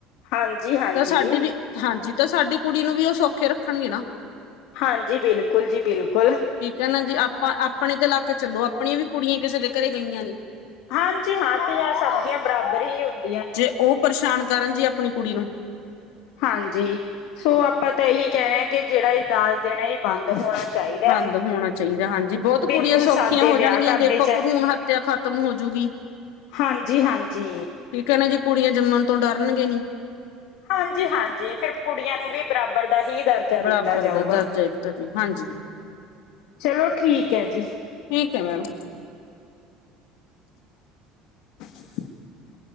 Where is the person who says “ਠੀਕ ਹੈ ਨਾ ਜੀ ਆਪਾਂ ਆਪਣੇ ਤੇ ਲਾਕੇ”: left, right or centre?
Left